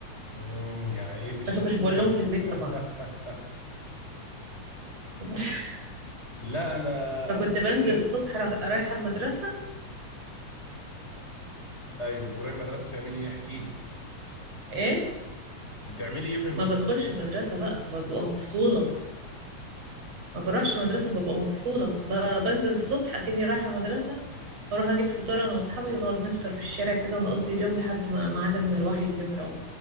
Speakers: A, on the left; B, on the right.
A: امم يا عيب الشوم
B: بس ما كنتش بقول لهم في البيت
A: <laughs>
B: طبعا <laughs>
A: لا انا
B: فكنت
A: انا افتكر
B: بنزل الصبح را- رايحة المدرسة
A: ايوه تروحي المدرسه تعملي ايه احكي لي
B: ايه
A: بتعملي ايه في المدرسه
B: ما بدخلش المدرسة بقى ببقى مفصولة ما بروحش المدرسة ببقى مفصولة ب- بنزل الصبح أكني رايحة المدرسة واروح اجيب فطار انا واصحابي ونقعد نفطر في الشارع كده ونقضي اليوم لحد ما ميعاد المروح يجي ونروح